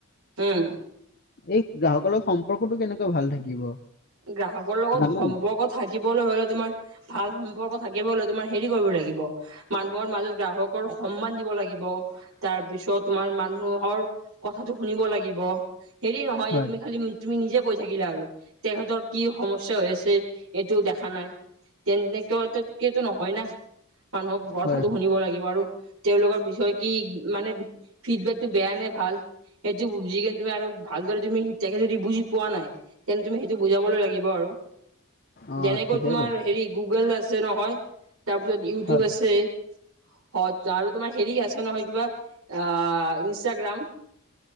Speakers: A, on the right (about 75°); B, on the left (about 45°).
A: উম।
B: এ গ্ৰাহকৰ লগত সম্পৰ্কটো কেনেকৈ ভাল থাকিব?
A: গ্ৰাহকৰ লগত
B: জানা
A: সম্পৰ্কত-
B: নেকি?
A: থাকিবলৈ হলে তোমাৰ ভাল সম্পৰ্ক থাকিব ল তোমাৰ হেৰি কৰিব লাগিব? মানুহৰ মাজত গ্ৰাহকৰ সন্মান দিব লাগিব, তাৰ পিছত তোমাৰ মানুহৰ- কথাটো শুনিব লাগিব, হেৰি নহয়
B: হয়,
A: যে তুমি খালি তুমি নিজে কৈ থাকিলা আৰু। তেখেতৰ কি সমস্যা হৈ আছে? এইটো দেখা নাই। তেনেকেটো নহয় নাহ, মানুহৰ কথাটো
B: হয়,
A: শুনিব লাগিব আৰু- তেওঁলোকৰ বিষয়ে কি মানে ফিডবেকটো বেয়া নে ভাল? সেইটো বুজি কিনে তুমি আৰু ভালদৰে তুমি তেখেতে যদি বুজি পোৱা নাই, তেন্তে তুমি- টো বুজাবলৈ লাগিব আৰু,
B: অ'
A: যেনেকৈ
B: ঠিকে
A: তোমাৰ
B: কৈছে
A: হেৰি গুগল আছে নহয়। তাৰপিছত ইউটোব
B: হয়,
A: আছে। অত আৰু তোমাৰ হেৰি আছে নহয় কিবা? অঁ ইনষ্টাগ্ৰাম।